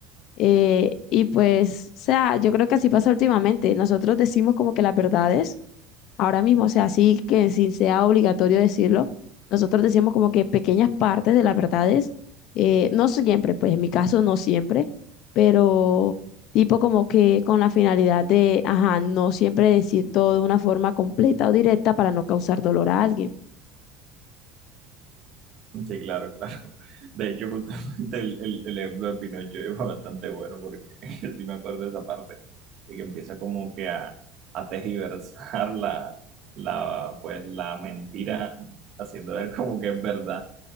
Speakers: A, on the left; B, on the right.
A: Eh, y pues, o sea, yo creo que así pasa últimamente. Nosotros decimos como que las verdades, ahora mismo, o sea, así que sin sea obligatorio decirlo, nosotros decimos como que pequeñas partes de las verdades, eh, no siempre, pues en mi caso no siempre, pero tipo como que con la finalidad de, ajá, no siempre decir todo de una forma completa o directa para no causar dolor a alguien.
B: Sí, claro, <laughs> claro. De hecho, justamente el, el, el ejemplo de Pinocho es bastante bueno porque <laughs> sí me acuerdo de esa parte, de que empieza como que a, a tergiversar <laughs> la, la, pues, la mentira, haciendo ver como que es verdad.